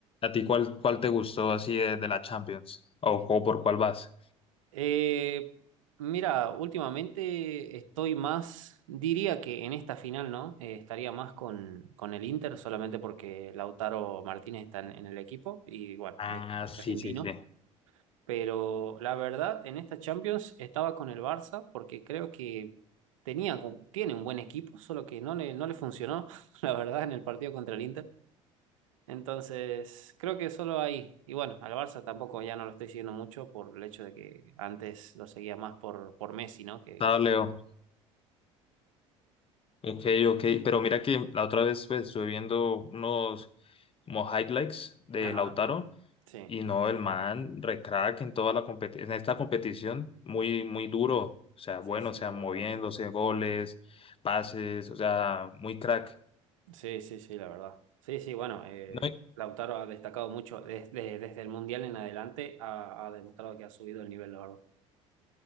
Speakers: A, on the left (about 35°); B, on the right (about 85°).
A: a ti cuál, cuál te gustó así de, de la Champions? ¿O, o por cuál vas?
B: Eh, mira, últimamente estoy más, diría que en esta final, ¿no? Eh, estaría más con, con el Inter solamente porque Lautaro Martínez está en, en el equipo y bueno,
A: Ah,
B: es
A: sí,
B: argentino.
A: sí, sí.
B: Pero la verdad, en esta Champions estaba con el Barça porque creo que tenía, tiene un buen equipo, solo que no le, no le funcionó, <laughs> la verdad, en el partido contra el Inter. Entonces, creo que solo ahí. Y bueno, al Barça tampoco ya no lo estoy siguiendo mucho por el hecho de que antes lo seguía más por, por Messi, ¿no? Que,
A: Estado
B: que-
A: Leo. Ok, ok. Pero mira que la otra vez pues, estuve viendo unos como highlights de
B: Ajá,
A: Lautaro
B: sí.
A: y no, el man recrack en toda la competi- en esta competición muy, muy duro. O sea, bueno,
B: Sí, sí,
A: o sea,
B: la
A: moviéndose,
B: verdad.
A: goles, pases, o sea, muy crack.
B: Sí, sí, sí, la verdad. Sí, sí, bueno, eh,
A: No,
B: Lautaro ha destacado mucho desde, desde el Mundial en adelante, ha, ha demostrado que ha subido el nivel, la verdad.